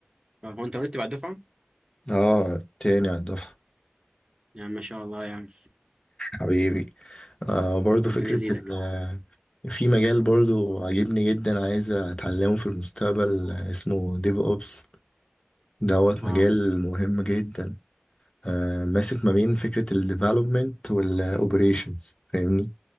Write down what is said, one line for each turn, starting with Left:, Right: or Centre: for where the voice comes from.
Right: اه، هو انت مرتب على الدفعه
Left: اه تاني على الدفعة
Right: يا عم ما شاء الله يا عم
Left: حبيبي آه برضو
Right: ربنا
Left: فكرة
Right: يزيدك
Left: ال آه، في مجال برضو عاجبني جدا عايز أتعلمه في المستقبل آه، اسمه ديف أوبس دوت
Right: اه
Left: مجال مهم جدا آه ماسك ما بين فكرة الديفلوبمنت والأوبريشنز فاهمني